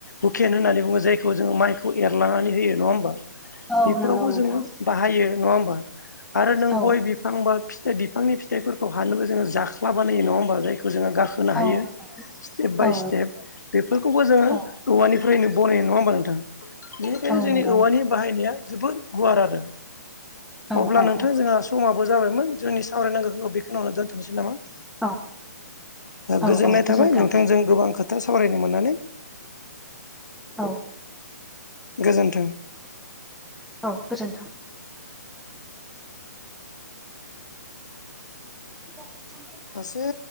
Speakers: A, on the left; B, in the centre.
A: हुखेन होननानै बुङो जायखौ जोङो माइखौ एरलांनानै होयो नङा होमबा? बेफोरावबो
B: औ नंगौ नोंथां
A: जोङो बाहायो नङा होमबा आरो नों
B: औ
A: गय बिफांनि फिथाइफोरखौ हानोबो जोङो जांख्ला बानायो नङा होमबा जाय जोङो गाखोनो हायो
B: औ नंगौ
A: स्टेप बाय
B: औ
A: स्टेप बेफोरखौबो जोङो
B: औ
A: औवानिफ्रायनो बनायनाय नङा होमबा नोंथां? बेनिखायनो
B: औ
A: जोंनि
B: नंगौ
A: औवानि
B: नोंथां
A: बाहायनाया जोबोद गुवार आरो।
B: औ
A: अब्ला
B: औ
A: नोंथां
B: औ
A: जोंहा समाबो जाबायमोन जोंनि सावरायनांगौखौ बेखौ। दोनथ'नोसै नामा
B: औ औ
A: गोजोननाय
B: औ गोजोन्थों
A: थाबाय नोंथांजों गोबां खो खोथा सावरायनो मोननानै
B: औ
A: गोजोन्थों
B: औ गोजोनथों <unintelligible>
A: मासे